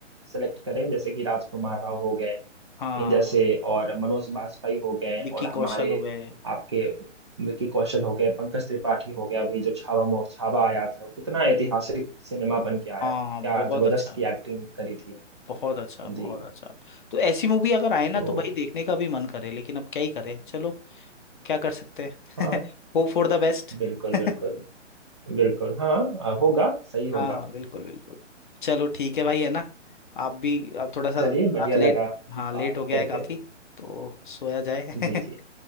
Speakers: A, on the right; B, on the left.
A: सेलेक्ट करें जैसे कि राजकुमार राव हो गए
B: हाँ
A: इन जैसे और मनोज बाजपेयी हो गए
B: विक्की
A: और हमारे
B: कौशल हो गए
A: आपके विकी कौशल हो गए पंकज त्रिपाठी हो गए अभी जो छावा मो छावा आया था वो कितना ऐतिहासिक सिनेमा बन के आया
B: हाँ
A: क्या
B: बहुत
A: जबरदस्त
B: अच्छा
A: की एक्टिंग करी थी
B: बहुत अच्छा
A: जी
B: बहुत अच्छा तो ऐसी मूवी अगर आए ना
A: तो
B: तो भाई देखने का भी मन करे लेकिन अब क्या ही करें चलो क्या कर सकते
A: हाँ
B: हैं <laughs> Hope for the best
A: बिल्कुल
B: <laughs>
A: बिल्कुल बिल्कुल हाँ होगा सही
B: हाँ
A: होगा
B: बिल्कुल बिल्कुल चलो ठीक है भाई है ना आप भी अब थोड़ा सा
A: चलिए
B: रात
A: बढ़िया
B: लेट
A: लगा
B: हाँ लेट
A: बात
B: हो गया
A: करके
B: है काफी तो सोया जाए
A: जी
B: <laughs>
A: जी